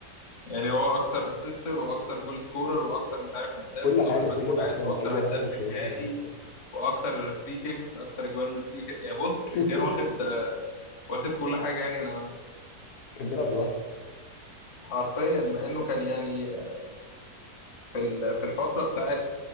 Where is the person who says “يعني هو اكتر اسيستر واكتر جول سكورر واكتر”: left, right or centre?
Left